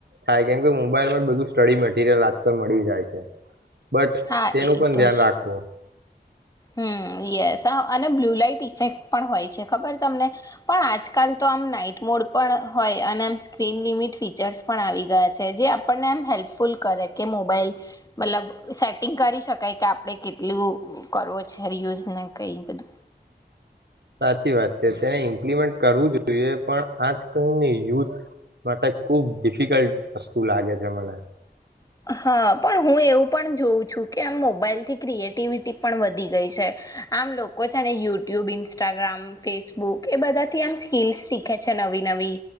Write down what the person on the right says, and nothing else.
થાય કેમકે મોબાઈલ માં જ બધું સ્ટડી મટીરિયલ આજકાલ મળી જાય છે. બટ
તેનું
પણ ધ્યાન
રાખવો.
સાચી વાત છે તેને ઇમ્પ્લિમેન્ટ કરવું જોઈએ પણ આજ કલને યુથ માટે ખુબ ડિફિકલ્ટ વસ્તુ લાગે છે મને.